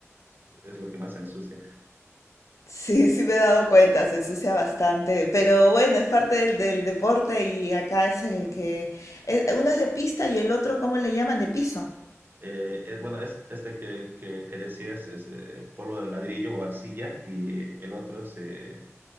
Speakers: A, on the right; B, on the left.
A: Es lo que más se ensucia.
B: sí, sí me he dado cuenta, se ensucia bastante. Pero bueno, es parte del, del deporte y acá es el que... eh, Uno es de pista y el otro, ¿cómo le llaman? De piso.
A: Eh, es, bueno, es, este que, que, que decías es eh, polvo de ladrillo o arcilla y el otro se,